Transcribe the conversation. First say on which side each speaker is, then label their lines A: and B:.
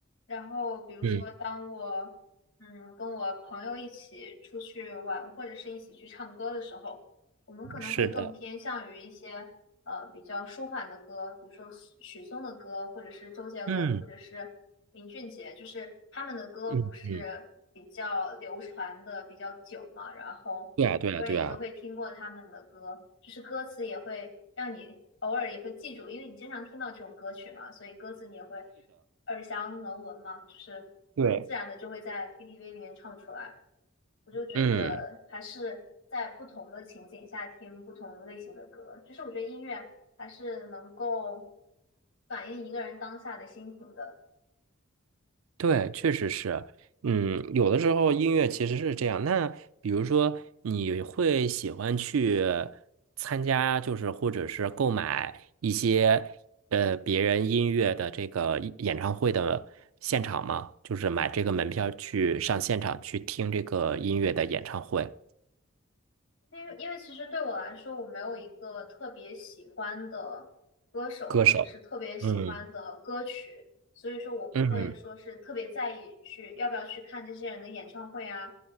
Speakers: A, on the left (about 65°); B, on the right (about 80°).
A: 然后，比如说，
B: 嗯，
A: 当我嗯跟我朋友一起出去玩，或者是一起去唱歌的时候，我们可能会更偏向于一些呃比较舒缓的歌，
B: 是的，
A: 比如说许许嵩的歌，或者是周杰伦，
B: 嗯
A: 或者是林俊杰，就是他们的歌不是比较流传的比较久嘛，
B: 嗯嗯，
A: 然后很多人也都会听过他们的歌，
B: 对啊，对啊，对啊。
A: 就是歌词也会让你偶尔也会记住，因为你经常听到这种歌曲嘛，所以歌词你也会耳详能闻嘛，就是很自然的就会在
B: 对，
A: KTV 里面唱出来。我就觉得还是在不同的情景下听不同类型的歌，
B: 嗯，
A: 就是我觉得音乐还是能够反映一个人当下的心情的。
B: 对，确实是，嗯，有的时候音乐其实是这样。那比如说，你会喜欢去参加，就是或者是购买一些呃别人音乐的这个演唱会的现场吗？就是买这个门票去上现场去听这个音乐的演唱会
A: 因为因为其实对我来说，我没有一个特别喜欢的歌手或者是特别喜欢的歌曲，
B: 歌手。嗯
A: 所以说我不会说是特别在意去要不要去看这些人的演唱会啊。
B: 嗯